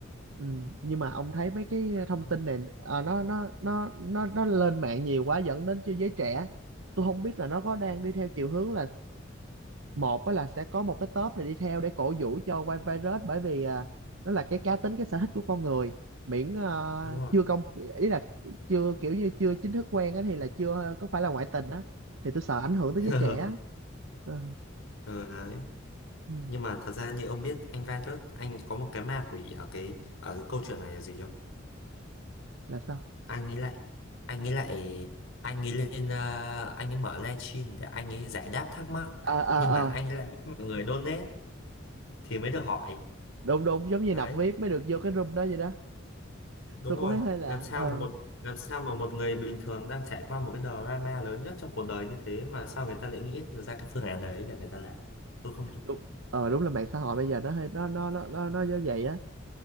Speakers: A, on the right; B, on the left.
A: ừ. nhưng mà ông thấy mấy cái
B: Đó,
A: thông tin này à, nó nó nó nó nó lên mạng nhiều quá dẫn đến cho giới trẻ tôi không biết là nó có đang đi theo chiều hướng là một á là sẽ có một cái top này đi theo để cổ vũ cho White Virus bởi vì à, nó là cái cá tính cái sở thích của con người miễn à,
B: đúng rồi.
A: chưa công ý là chưa kiểu như chưa chính thức quen á thì là chưa à, có phải là ngoại tình á thì tôi sợ ảnh hưởng tới
B: <laughs>
A: giới trẻ á Ờ,
B: ừ, đấy.
A: ừ,
B: Nhưng mà thật ra như ông biết anh Virus, anh có một cái ma quỷ ở cái ở cái câu chuyện này là gì không?
A: là sao
B: anh ấy lại anh ấy lại anh ấy lên ờ, anh ấy mở livestream để anh ấy giải đáp thắc mắc
A: à à
B: nhưng mà anh
A: à
B: ấy lại bắt mọi người donate thì mới được hỏi
A: đúng đúng giống như
B: đấy
A: nạp vip mới được vô cái room đó vậy đó
B: đúng
A: tôi
B: rồi
A: cũng thấy hơi lạ
B: làm sao
A: ờ
B: mà một làm sao mà một người bình thường đang trải qua một cái drama lớn nhất trong cuộc đời như thế mà sao người ta lại nghĩ được ra cái phương án đấy để người ta làm tôi không hiểu
A: đúng ờ đúng là mạng xã hội bây giờ nó hơi nó nó nó nó nó như vậy á